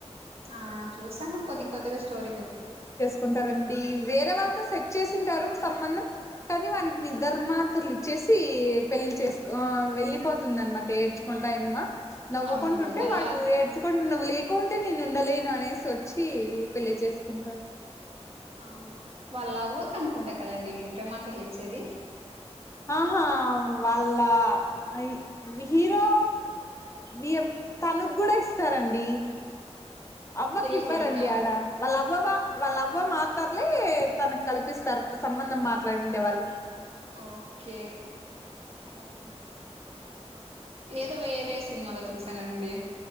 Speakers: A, on the right; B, on the left.
A: ఆ చూసాను కొది కొద్గా స్టోరి గుర్తులేదు
B: కుంటారండి వేరే వాళ్ళతో సెట్ చేసింటారు సంబంధం కానీ వానికి నిద్ర మాత్రలు ఇచ్చేసి పెళ్ళి చేసుకో ఆ వెళ్లిపోతుంది అన్నమాట ఏడ్చు ంటాయమ్మా నవ్వుకుంటుంటే
A: అవునవును వాళ్ళ
B: వాడు
A: లవ్
B: ఎ సుకంటే నువ్వు లేకుంటే నేను ఉండలేను అనేసి వచ్చి పెళ్లి చేసుకుంటాారు
A: అవును వాళ్ళు అవ్వ కనుకుంటా కదండి నిద్ర మాత్రలిచ్చేది
B: ఆహా వాళ్ళ ఐ హీరో ఇయ తనుకూడా ఇస్తారండి అవ్వకి
A: పెళ్లి
B: ఇవ్వరండి
A: కొడుకా
B: ఆడా వాళ్ళ అవ్వ వా వాళ్ళ అవ్వ మాతర్లే తనకు కల్పిస్తారు సంబంధం మాట్లాడిండే వాళ్ళు
A: ఓకేఓహ ఏదో వేరే సినిమాలో చూసానండి